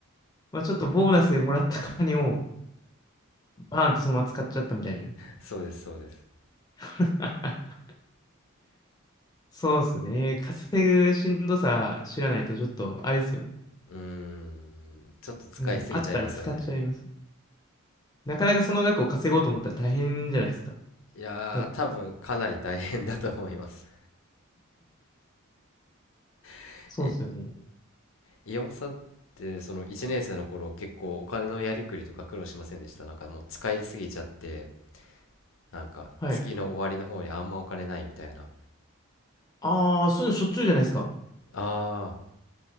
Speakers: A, on the left; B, on the left.
A: まあ、ちょっとボーナスでもらった金をバーンとそのまま使っちゃったみたいな。
B: そうです、そうです。
A: <laughs> そうですね。稼ぐしんどさ知らないとちょっとあれですよね。
B: うーん、ちょっと使いすぎちゃいますよね。
A: もうあったら使っちゃいます。なかなかその額を稼ごうと思ったら大変じゃないですか。
B: いやー、
A: 多分
B: 多分かなり大変だと思います。<laughs>
A: そうですよね。
B: え、岩尾さんって、その1年生の頃、結構お金のやりくりとか苦労しませんでしたなんかもう使いすぎちゃって、なんか月の終わりの方にあんまお金ないみたいな。
A: はい。ああ、そういうのしょっちゅうじゃないですか。
B: あ